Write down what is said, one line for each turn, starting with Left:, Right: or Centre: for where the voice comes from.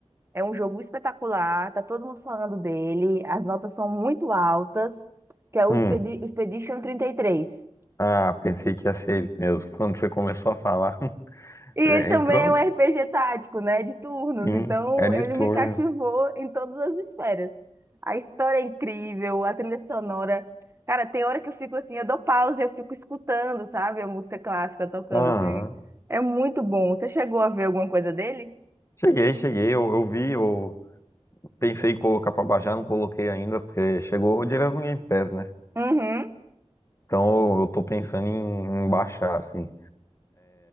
Right: é um jogo espetacular, tá todo mundo falando dele, as notas são muito altas, que é o
Left: Hum,
Right: Expedi- Expedition trinta e três
Left: ah, pensei que ia ser ele mesmo. Quando você começou a falar, <laughs>
Right: E ele
Left: é,
Right: também
Left: entrou,
Right: é um RPG tático, né? De turnos.
Left: sim,
Right: Então,
Left: é de
Right: ele
Left: turno.
Right: me cativou em todas as esferas. A história é incrível, a trilha sonora. Cara, tem hora que eu fico assim, eu dou pausa e eu fico escutando, sabe? A música clássica tocando,
Left: Aham.
Right: assim. É muito bom. Você chegou a ver alguma coisa dele?
Left: Cheguei, cheguei, eu, eu vi, eu pensei em colocar pra baixar, não coloquei ainda, porque chegou direto no Game Pass, né?
Right: Uhum,
Left: Então eu, eu tô pensando em, em baixar, assim.